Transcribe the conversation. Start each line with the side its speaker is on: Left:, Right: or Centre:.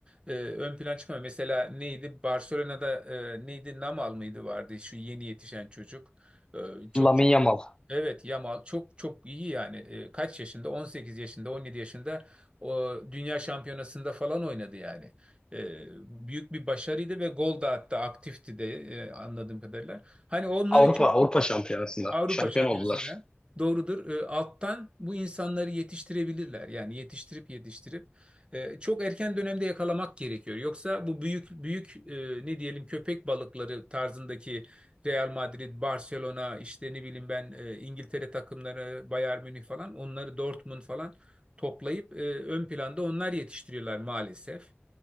Right: e, ön plana çıkmıyor. Mesela neydi? Barcelona'da e, neydi? Namal mıydı vardı şu yeni yetişen çocuk. E, çok
Left: Lamine
Right: çok
Left: Yamal
Right: Evet Yamal çok çok iyi yani. E, kaç yaşında? 18 yaşında, 17 yaşında o dünya şampiyonasında falan oynadı yani. E, büyük bir başarıydı ve gol da attı, aktifti de e, anladığım kadarıyla. Hani onları
Left: Avrupa
Right: çok
Left: Avrupa Şampiyonası'nda
Right: Avrupa
Left: şampiyon
Right: Şampiyonası'nda
Left: oldular.
Right: doğrudur. E, alttan bu insanları yetiştirebilirler. Yani yetiştirip yetiştirip e, çok erken dönemde yakalamak gerekiyor. Yoksa bu büyük büyük e, ne diyelim köpek balıkları tarzındaki Real Madrid, Barcelona, işte ne bileyim ben e, İngiltere takımları, Bayern Münih falan onları Dortmund falan toplayıp e, ön planda onlar yetiştiriyorlar maalesef.